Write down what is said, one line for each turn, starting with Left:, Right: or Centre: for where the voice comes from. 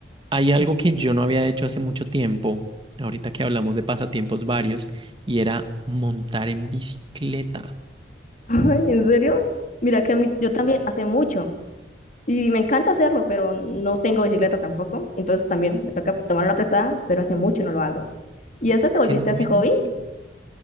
Right: Hay algo que yo no había hecho hace mucho tiempo, ahorita que hablamos de pasatiempos varios, y era montar en bicicleta,
Left: Ay, ¿en serio? Mira que a mí- yo también hace mucho y me encanta hacerlo, pero no tengo bicicleta tampoco, entonces también me toca tomar una prestada, pero hace mucho no lo hago. ¿Y eso te volviste
Right: que es
Left: a
Right: buenísimo.
Left: ese hobby?